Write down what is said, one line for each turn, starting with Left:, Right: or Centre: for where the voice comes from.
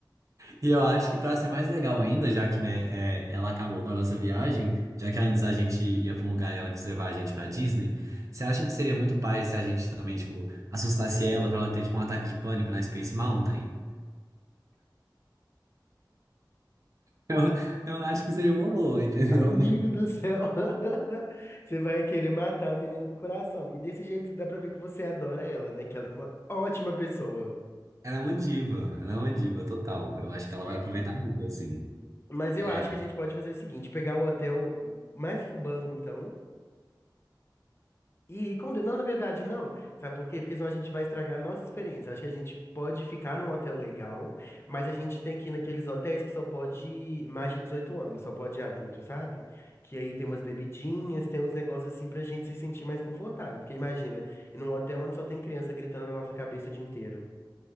Right: e eu acho que pra ser mais legal ainda, já que, né, é, ela acabou com a nossa viagem, já que antes a gente ia pra um lugar e ela quis levar a gente pra Disney, você acha que seria muito pai se a gente também, tipo, assustasse ela pra ela ter, tipo, um ataque de pânico na Space Mountain? <laughs> Eu, eu acho que seria uma boa, entendeu?
Left: Amigo do céu, <laughs> você vai querer matar a menina do coração. E desse jeito dá pra ver que você adora ela, né? Que ela é uma ótima pessoa.
Right: Ela é uma diva, ela é uma diva total. Eu acho que ela vai aproveitar muito, assim.
Left: Mas eu
Right: É.
Left: acho que a gente pode fazer o seguinte: pegar o hotel mais fubango, então. E quando. Não, na verdade, não. Sabe por quê? Porque senão a gente vai estragar a nossa experiência. Acho que a gente pode ficar num hotel legal, mas a gente tem que ir naqueles hotéis que só pode ir mais de 18 anos, só pode ir adulto, sabe? Que aí tem umas bebidinhas, tem uns negócios assim pra gente se sentir mais confortável. Porque imagina, ir num hotel onde só tem criança gritando na nossa cabeça o dia inteiro.